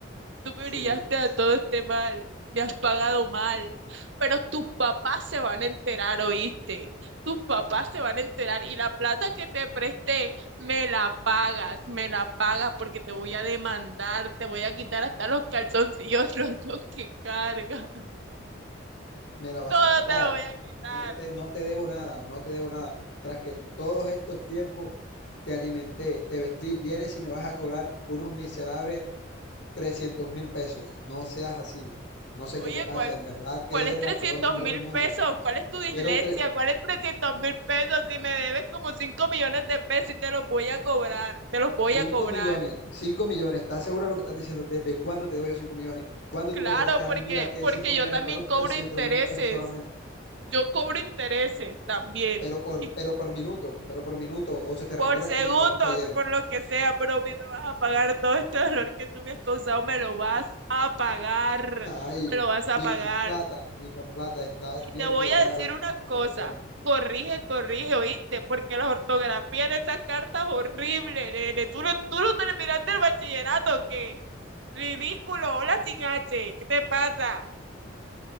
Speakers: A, on the right; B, on the left.
A: Tú me
B: sí,
A: brillaste a
B: sí,
A: todo este mal, me has pagado mal, pero tus papás se van a enterar, ¿oíste? Tus papás se van a enterar y la plata que te presté, me la pagas, me la pagas porque te voy a demandar, te voy a quitar hasta los calzoncillos <laughs> rotos que cargas,
B: me la vas
A: todo
B: a pagar.
A: te lo voy a quitar.
B: No te, te- no te debo nada, no te debo nada. Tras que todos estos tiempos te alimenté, te vestí, vienes y me vas a cobrar unos miserables trescientos mil pesos. No seas así. No sé
A: Oye,
B: qué te pasa.
A: ¿cuál,
B: En verdad que
A: cuál
B: eres
A: es 300
B: la peor mujer
A: mil
B: del mundo.
A: pesos? ¿Cuál es tu dislexia?
B: Fueron
A: ¿Cuál es 300 mil pesos? Si me debes como 5 millones de pesos y te los voy a cobrar, te los voy
B: cinco
A: a cobrar.
B: millones. cinco millones. ¿Estás segura de lo que estás diciendo? ¿Desde cuándo te debo yo 5 millones? ¿Cuándo
A: Claro,
B: tú me prestaste a
A: porque,
B: mí? Mira, que
A: porque
B: hay 5 millones.
A: yo también
B: Fueron
A: cobro
B: trescientos
A: intereses.
B: mil pesos solamente.
A: Yo cobro intereses también.
B: Pero por,
A: Y
B: pero por minuto. Pero por minuto. O se te recuerda
A: por segundos,
B: que me prestaste fue ayer.
A: por lo que sea, pero a mí me vas a pagar todo este dolor que tú me has causado, me lo vas a pagar.
B: <laughs> Ay.
A: Me lo vas a
B: Y
A: pagar.
B: con plata, y con plata, estás
A: Y
B: bien
A: te voy
B: equivocada
A: a decir
B: de las cosas
A: una
B: que
A: cosa.
B: estás diciendo.
A: Corrige, corrige, ¿oíste? Porque la ortografía en esas cartas es horrible, nene. Tú no, tú no terminaste el bachillerato, ¿qué? Ridículo, hola sin H. ¿Qué te pasa?